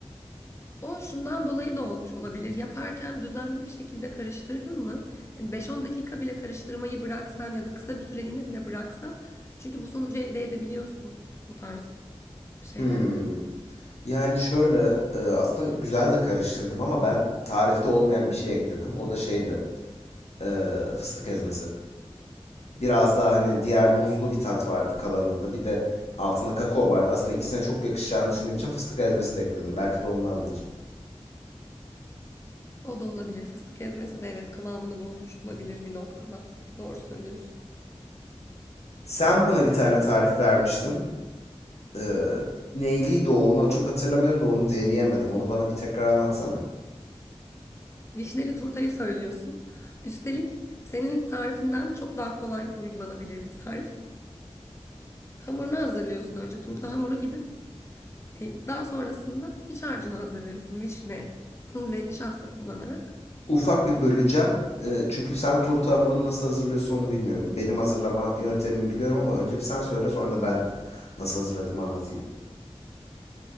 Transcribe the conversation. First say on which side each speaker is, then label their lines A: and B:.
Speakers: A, on the left (about 25°); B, on the left (about 80°).
A: O şundan dolayı da olmuş olabilir. Yaparken düzenli bir şekilde karıştırdın mı? Hani 5-10 dakika bile karıştırmayı bıraksan ya da kısa bir süreliğine bile bıraksan. Çünkü bu sonucu elde edebiliyorsun bu tarz şeylerle.
B: Hmm. Yani şöyle e, aslında güzel de karıştırdım ama ben tarifte olmayan bir şey ekledim. O da şeydi. e, fıstık ezmesi. Biraz daha hani diğer muzlu bir tat vardı kalanında. Bir de altına kakao vardı. Aslında ikisine çok yakışacağını düşündüğüm için fıstık ezmesi de ekledim. Belki de ondandır.
A: O da olabilir. Fıstık ezmesi de evet kıvamını bozmuş olabilir bir noktada. Doğru söylüyorsun.
B: Sen bana bir tane tarif vermiştin. Ee, neyliydi o? Onu çok hatırlamıyorum da onu deneyemedim. Onu bana bir tekrar anlatsana.
A: Vişneli turtayı söylüyorsun. Üstelik senin tarifinden çok daha kolay uygulanabilir bir tarif. Hamurunu hazırlıyorsun önce turta hamuru gibi. E, Daha sonrasında iç harcını hazırlıyorsun vişne <clears throat> ve nişasta kullanarak.
B: Ufak bir böleceğim. Ee, çünkü sen turta hamurunu nasıl hazırlıyorsun onu bilmiyorum. Benim hazırlama yöntemimi biliyorum ama önce bir sen söyle sonra da ben nasıl hazırladığımı anlatayım.